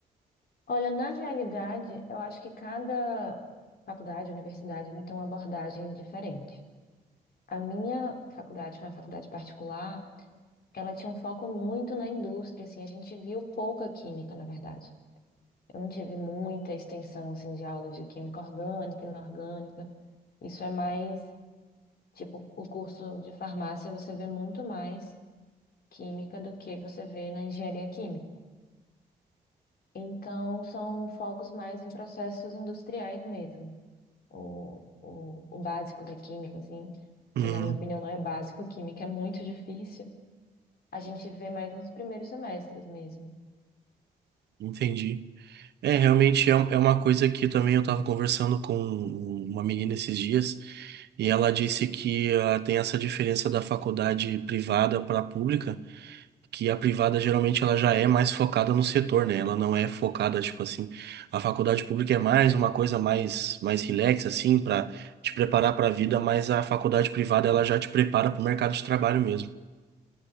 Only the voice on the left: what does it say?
Olha, na realidade, eu acho que cada faculdade, universidade, né, tem uma abordagem diferente. A minha faculdade foi uma faculdade particular, ela tinha um foco muito na indústria, assim, a gente viu pouca química, na verdade. Eu não tive muita extensão, assim, de aulas de química orgânica, e inorgânica. Isso é mais Tipo, o curso de farmácia você vê muito mais química do que você vê na engenharia química. Então, são focos mais em processos industriais mesmo. O, o, o básico da química, assim, que
na minha opinião não é básico, química é muito difícil. A gente vê mais nos primeiros semestres mesmo.